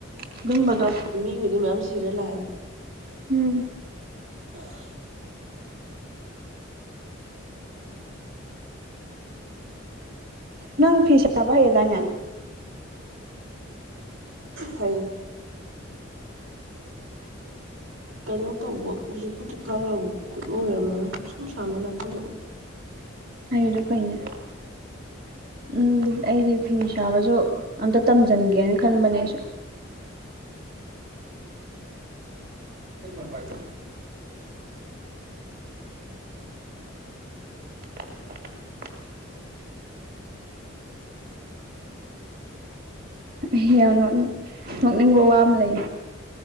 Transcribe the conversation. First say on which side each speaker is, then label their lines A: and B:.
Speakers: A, on the right (about 50°); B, on the right (about 85°).
A: ꯑꯗꯨꯨꯝꯕꯗꯣ
B: ꯑꯩꯕꯨꯗꯤ ꯃꯌꯥꯝ ꯁꯤꯔ ꯂꯥꯛꯑꯦ
A: ꯎꯝ
B: <unintelligible>
A: ꯅꯪ ꯐꯤꯁꯥꯕ ꯍꯩꯔꯦꯗꯥꯢꯅꯦ
B: ꯍꯩ ꯀꯩꯅꯣ ꯇꯧꯕ ꯍꯧꯖꯤꯛꯄꯨꯗꯤ ꯈꯔꯕꯨ ꯈꯨꯠꯂꯣꯏꯔꯝꯃꯅ ꯁꯨꯝ ꯁꯥꯃꯜꯂꯛꯄꯒꯤ
A: ꯍꯩꯔꯤꯗꯨ ꯐꯩꯅ ꯎꯝ ꯑꯩꯗꯤ ꯐꯤ ꯁꯥꯕꯁꯨ ꯑꯝꯇ ꯇꯝꯁꯤꯟꯒꯦꯅ ꯈꯟꯕꯅꯦ ꯑꯩꯁꯨ ꯑꯩ ꯐꯣꯟ ꯄꯥꯢꯕꯔꯣ <unintelligible> ꯑꯩ ꯌꯥꯝ ꯅꯣꯛꯅꯤꯡ ꯅꯣꯛꯅꯤꯡꯕ ꯋꯥ ꯑꯃ ꯂꯩ